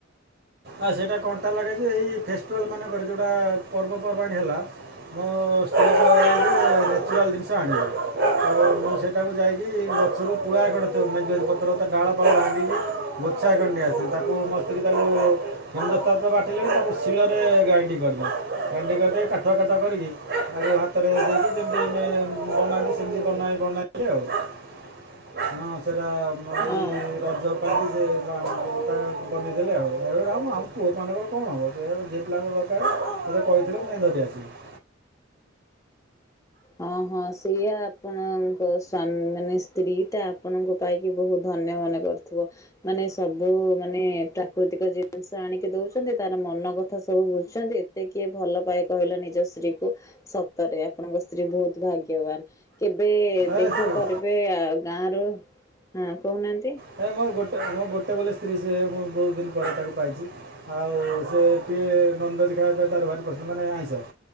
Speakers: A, on the right (about 55°); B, on the left (about 15°).
A: ଆଁ ସେଇଟା କଣ୍ଟା ଲାଗେ ଯେ ଏଇ ଫେଷ୍ଟିଭାଲ୍ ମାନଙ୍କରେ ଯେଉଟା ପର୍ବପର୍ବାଣି ହେଲା ମୋ ସ୍ତ୍ରୀ <inaudible> ନେଚୁରାଲ ଜିନିଷ ଆଣିବ। <inaudible> ତ ମୁଁ ସେଇଟା ମୁ ଯାଇକି ଗଛରୁ କୁଳା ମଞ୍ଜୁଅତି ପତ୍ର ଡାଳ ଫାଳ ଭାଙ୍ଗିକି ଗୋଛା କରି ଆସିଲି <inaudible> ତାପରେ <inaudible> <inaudible> ବାଟିଲେଣି ତାକୁ ଶିଳରେ ଗ୍ରାଇଣ୍ଡିଂ କରିଦି ଗ୍ରାଇଣ୍ଡିଙ୍ଗ କରି କାଠୁଆ କାଠୁଆ କରିକି ଆଉ ହାତରେ ଦେଇକି ଯେମତିେ ବନାନ୍ତି ସେମତି ବନା ବନାନ୍ତି। <inaudible>
B: <inaudible>
A: ହଁ ସେଇଟା ଏଇ
B: ଅ
A: ରଜ ପାଇି ସେ ତା ବମେଇ ଦେଲେ ଆଉ। <inaudible> ଏବେଟା ମୁଁ ଆମ ପୁଅମାନଙ୍କର କଣ ହେବ ସେ ଯିଏ ପିଲାଙ୍କ ଦରକାର ସେତ କହିଥିଲେ ମୁଁ ଧରି ଆସଲି। <inaudible>
B: ହଁ ହଁ ସେଇଆ ଆପଣଙ୍କ ସ୍ୱାମ୍ ମାନେ ସ୍ତ୍ରୀ ଟା ଆପଣଙ୍କ ପାଇ କି ବହୁତ୍ ଧନ୍ୟ ମନେ କରୁଥିବ। ମାନେ ସବୁ ମାନେ ପ୍ରାକୃତିକ ଜିନିଷ ଆଣିକି ଦଉଛନ୍ତି ତାର ମନ କଥା ସବୁ ବୁଝୁଛନ୍ତି ଏତେ କିଏ ଭଲ ପାଏ କହିଲ ନିଜ ସ୍ତ୍ରୀ କୁ ସତରେ ଆପଣଙ୍କ ସ୍ତ୍ରୀ ବହୁତ୍ ଭାଗ୍ୟବାନ କେବେ
A: ଏ
B: ଦେଖା
A: ସେ
B: କରି ଏବେ ଆ ଗାଁରୁ ହଁ କହୁନାହାନ୍ତି
A: ନାଇ ମୋ ଗୋଟେ ମୋ ଗୋଟେ ବୋଲି ସ୍ତ୍ରୀ ସେ ମୁଁ ବହୁତ୍ ଦିନି ପରେ ତାକୁ ପାଇଛି। ଆଉ ସେ ଟିକିଏ ନନଭେଜ୍ ଖାଇବା ପାଇଁ ତାର ଭାରି ପସ ମାନେ ଆଇଁଷ।